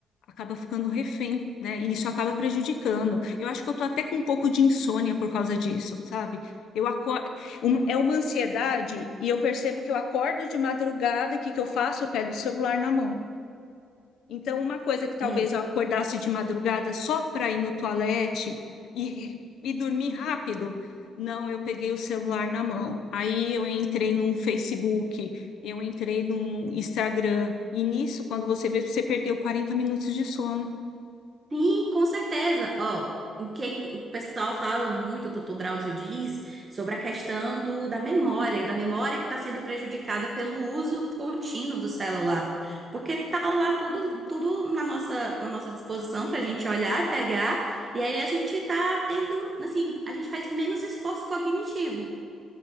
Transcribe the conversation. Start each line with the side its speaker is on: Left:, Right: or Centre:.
Left: acaba ficando refém, né? E isso acaba prejudicando. Eu acho que eu tô até com um pouco de insônia por causa disso, sabe? Eu acordo,
Right: Hum,
Left: é uma ansiedade e eu percebo que eu acordo de madrugada, o que que eu faço? Eu pego o celular na mão. Então, uma coisa que talvez
Right: É.
Left: eu acordasse de madrugada só para ir no toalete e, e dormir rápido, não, eu peguei o celular na mão. Aí eu entrei num Facebook, eu entrei num Instagram. E nisso, quando você vê, você perdeu 40 minutos de sono.
Right: Sim, com certeza. Ó, o quem, o pessoal fala muito, o doutor Drauzio diz, sobre a questão do, da memória, da memória que está sendo prejudicada pelo uso contínuo do celular. Porque tá lá tudo, tudo na nossa, na nossa disposição para a gente olhar e pegar, e aí a gente tá tendo, assim, a gente faz menos esforço cognitivo.